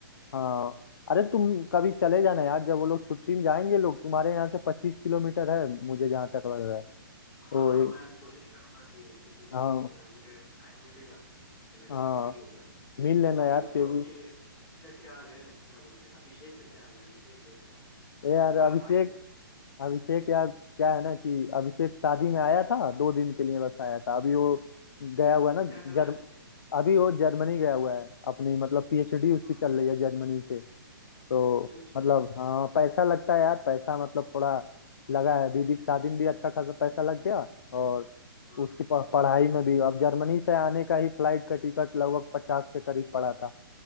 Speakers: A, on the left (about 65°); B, on the left (about 30°).
A: हाँ अरे तुम कभी चले जाना यार जब वो लोग छुट्टी में जाएंगे लोग तुम्हारे यहाँ से पच्चीस किलोमीटर है मुझे जहाँ तक लग रहा है तो
B: हाँ हाँ
A: ये
B: मैं कोशिश करूंगा कि किसी दिन
A: हाँ
B: अ, मुझे टाइम मिलेगा तो मैं जाके
A: हाँ
B: मिल लूंगा
A: मिल लेना
B: और
A: यार
B: ये बताओ
A: केवी
B: कि उसका क्या हाल है क्या बोलते हैं अभिषेक का क्या हाल है अभिषेक जो था
A: ए यार
B: तुम्हारा
A: अभिषेक
B: भाई
A: अभिषेक यार क्या है ना कि अभिषेक शादी में आया था दो दिन के लिए बस आया था अभी वो गया
B: अच्छा
A: हुआ है ना
B: क्या कर
A: जर्म
B: रहा है
A: अभी वो जर्मनी गया हुआ है अपनी मतलब पीएचडी
B: अरे
A: उसकी
B: वाह
A: चल रही है जर्मनी से तो
B: अच्छा अच्छा
A: मतलब हाँ पैसा लगता है यार पैसा मतलब थोड़ा लगा है दीदी की शादी में भी अच्छा खासा पैसा लग गया और
B: हाँ
A: उसकी प- पढ़ाई में भी अब जर्मनी से आने का ही फ्लाइट का टिकट लगभग पचास के करीब पड़ा था